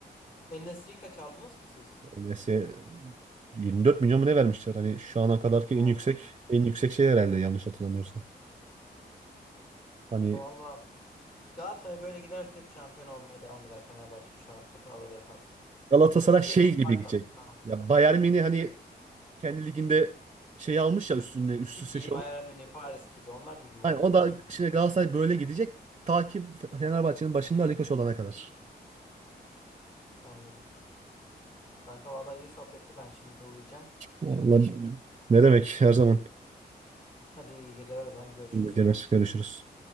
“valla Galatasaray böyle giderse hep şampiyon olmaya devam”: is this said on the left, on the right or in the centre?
Left